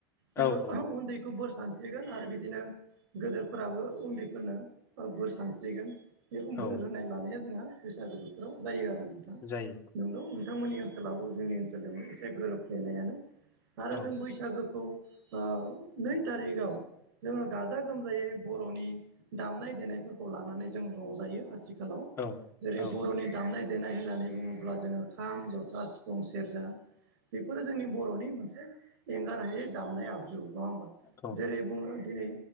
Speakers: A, on the right; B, on the left.
A: जोङो
B: औ औ
A: उन्दैखौ बोर सान स्रिगोन आरो बिदिनो गोदोरफोराबो उन्दैफोरनो बोर सानस्रिगोन बे रखम बोर
B: औ
A: होनाय लानाया जोंहा बैसागो बोथोराव जायो आरो नोंथां औ
B: जायो
A: नोंथांमोननि ओनसोलाबो जोंनि ओनसोलजों एसे गोरोबफ्लेनायानो आरो
B: औ
A: जों बैसागोखौ ओ नै तारिगआव जोङो गाजा गोमजायै बरनि दामनाय देनायफोरखौ लानानै जों रंजायो आरो आथिखालाव
B: औ
A: जेरै
B: औ
A: बरनि दामनाय देनाय होननानै बुङोब्ला जोङो खाम जथा सिफुं सेरजा बेफोरो जोंनि बरनि मोनसे से एंगारहायै दामनाय आगजु नङा होमबा
B: औ
A: जेरै बुंनो दिनै